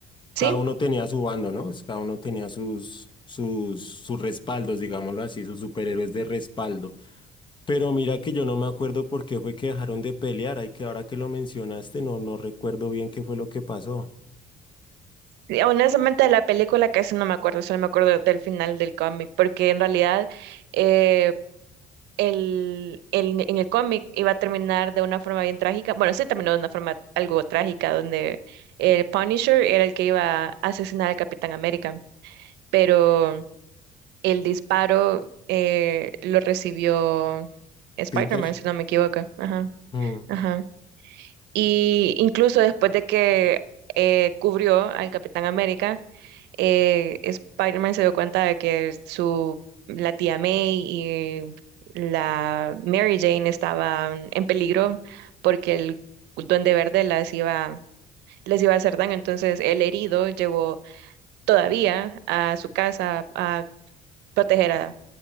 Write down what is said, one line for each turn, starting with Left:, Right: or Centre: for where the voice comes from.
Right: Sí,
Left: cada uno tenía su bando, ¿no? Pues cada uno tenía sus, sus, sus respaldos, digámoslo así, sus superhéroes de respaldo. Pero mira que yo no me acuerdo por qué fue que dejaron de pelear. Ay, que ahora que lo mencionaste, no, no recuerdo bien qué fue lo que pasó.
Right: y honestamente de la película casi no me acuerdo, solo me acuerdo del final del cómic, porque en realidad eh, el, el- en el cómic iba a terminar de una forma bien trágica. Bueno, sí terminó de una forma algo trágica, donde el Punisher era el que iba a asesinar al Capitán América, pero el disparo eh, lo recibió Spider-Man,
Left: Peter.
Right: si no me equivoco. Ajá,
Left: Mm,
Right: ajá. Y incluso después de que eh, cubrió al Capitán América, eh, Spider-Man se dio cuenta de que su, la tía May y la Mary Jane estaban en peligro porque el Duende Verde las iba, les iba a hacer daño. Entonces, el herido llegó todavía a su casa a proteger a,